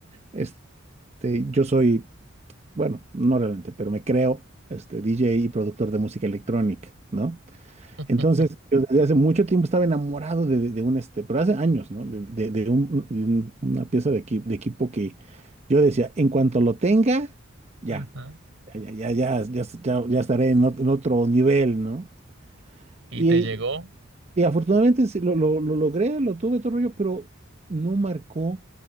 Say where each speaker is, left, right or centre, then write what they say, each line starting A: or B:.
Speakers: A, on the right; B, on the right.
A: Este, yo soy bueno, no realmente, pero me creo este DJ y productor de música electrónica, ¿no?
B: <laughs>
A: Entonces, yo desde hace mucho tiempo estaba enamorado de, de- de un, este, pero hace años, ¿no? De, de- de un- de un- una pieza de, equi- de equipo que yo decía, en cuanto lo tenga, ya,
B: Ajá.
A: ya, ya, ya, ya, ya- ya estaré en ot- en otro nivel, ¿no?
B: ¿Y
A: Y,
B: te llegó?
A: y afortunadamente sí, lo, lo, lo logré, lo tuve todo el rollo, pero no marcó,